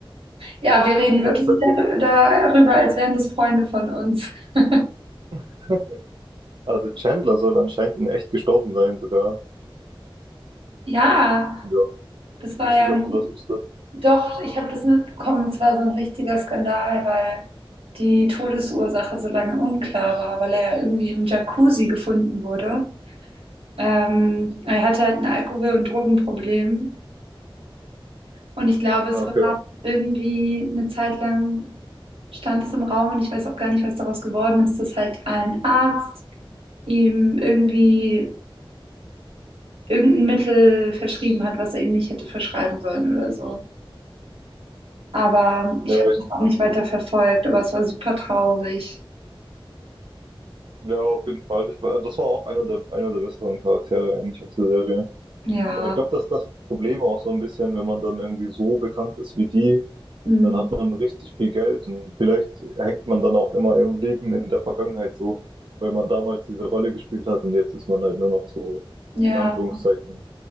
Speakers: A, on the right (about 80°); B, on the right (about 60°).
A: ja, wir reden
B: Das
A: wirklich
B: ist halt
A: dar-
B: so.
A: darüber, als wären das Freunde von uns. <laughs>
B: <laughs> Ah, der Chandler soll anscheinend in echt gestorben sein sogar.
A: Ja,
B: Ja.
A: das war
B: Ich weiß
A: ja
B: nicht,
A: ein,
B: ob du das wusstest.
A: doch, ich habe das mitbekommen, es war so ein richtiger Skandal, weil die Todesursache so lange unklar war, weil er ja irgendwie im Jacuzzi gefunden wurde. Ähm, er hatte halt ein Alkohol- und Drogenproblem Und ich glaube, es
B: Ah, Okay.
A: war irgendwie eine Zeit lang stand es im Raum und ich weiß auch gar nicht, was daraus geworden ist, dass halt ein Arzt ihm irgendwie irgendein Mittel verschrieben hat, was er ihm nicht hätte verschreiben sollen oder so. Aber ich
B: Ja,
A: habe
B: ich,
A: das auch nicht weiter verfolgt, aber es war super traurig.
B: ja, auf jeden Fall. Ich, war- das war auch einer der, einer der besseren Charaktere eigentlich aus der Serie.
A: Ja,
B: Ja, Ich glaube, das ist das Problem auch so ein bisschen, wenn man dann irgendwie so bekannt ist wie die,
A: mm,
B: Dann hat man richtig viel Geld und vielleicht hängt man dann auch immer im Leben in der Vergangenheit so, weil man damals diese Rolle gespielt hat und jetzt ist man halt nur noch so,
A: ja,
B: in Anführungszeichen.